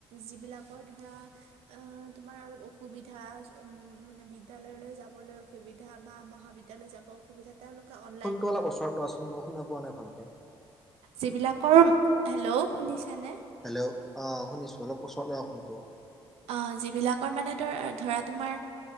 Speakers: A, on the right; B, in the centre.
A: যিবিলাকৰ ধৰা। অ', তোমাৰ অলপ অসুবিধা উ মানে বিদ্য়ালয়লৈ। যাবলৈ অসুবিধা বা মহাবিদ্যালয় যাব। সুবিধা তেওঁলোকে অন।
B: ফোনটো অলপ ওচৰত লোৱাচোন মই শুনা পোৱা নাই ভালকে।
A: যিবিলাকৰ হেল্ল' শুনিছানে।
B: হেল্ল' অ শুনিছোঁ অলপ ওচৰত লৈ আহক ফোনটো।
A: অ যিবিলাকৰ মানে ধৰ ধৰা তোমাৰ